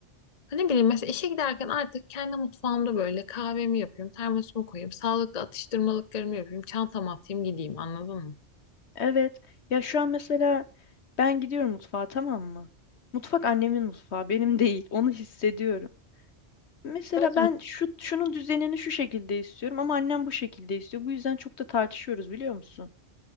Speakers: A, on the left; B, on the left.
A: Hani ne bileyim mesela işe giderken artık kendi mutfağımda böyle kahvemi yapayım, termosumu koyayım, sağlıklı atıştırmalıklarımı yapayım, çantamı atayım gideyim anladın mı?
B: Evet. Ya şu an mesela ben gidiyorum mutfağa tamam mı? Mutfak annemin mutfağı, benim <laughs> değil. Onu hissediyorum. Mesela
A: Zaten
B: ben şu şunun düzenini şu şekilde istiyorum ama annem bu şekilde istiyor. Bu yüzden çok da tartışıyoruz biliyor musun?